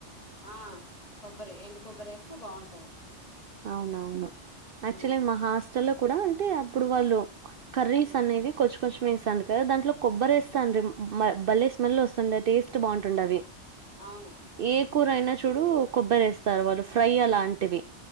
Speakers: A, on the left; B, on the right.
A: ఆ కొబ్బరి ఎండు కొబ్బరి వేస్తే బాగుంటది
B: అవును అవును యాక్చువల్
A: ఉమ్
B: గా మా హాస్టల్లో కూడా అంటే అప్పుడు వాళ్లు కర్రీస్
A: ఉమ్
B: అనేవి కొచ్చు కొచ్చు ఉమ్ వేస్తాండు కదా దాంట్లో కొబ్బరి వేస్తాండ్రి బల్లే స్మెల్ వస్తాండే టేస్ట్ బాగుంటాండా అవి
A: అవును
B: ఏ కూర అయినా చూడు కొబ్బరి వేస్తారు వాళ్ళు ఫ్రై అలాంటివి